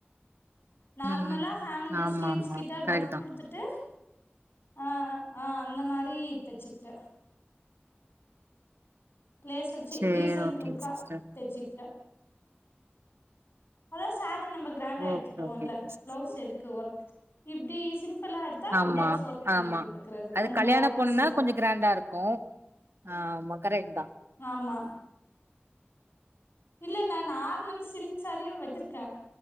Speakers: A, on the left; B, on the right.
A: நார்மலா
B: ம் ம்
A: ஹேண்ட்
B: ஆமா
A: ஸ்லீவ்ஸ்
B: ஆமா
A: கிட்ட
B: கரெக்ட்
A: பஃப் குடுத்
B: தா
A: த்துட்டு ஆ ஆ அந்த மாரி தச்சுக்கிட்ட ஃளேஸ் வச்சு
B: சேரி
A: டீசன்ட்
B: ஓகேங்க
A: லுக்கா
B: சிஸ்டர்
A: தச்சுக்கிட்டே அதா சேரீ நம்ம கிராண்டா எடுத்துட்டோஇல்ல
B: ஓகே ஓகே சிஸ்டர்
A: பிளவுஸ் எதுக் கு ஒர்க் இப்டி சிம்பிளா எடுத்தா
B: ஆமா
A: பிளவுஸ் ஒர்க் பண்ணி
B: ஆமா
A: போட்டுக்கிறது
B: அது
A: அந்த
B: கல்யாண
A: மாரி ஆப்போசிட்டா
B: பொண்ணுன்னா கொஞ்சோ கிராண்டா இருக்கு ஆமா கரேக்ட் தா
A: ஆமா இல்ல நா நார்மல் சில்க் சாரியு வெச்சிருக்கே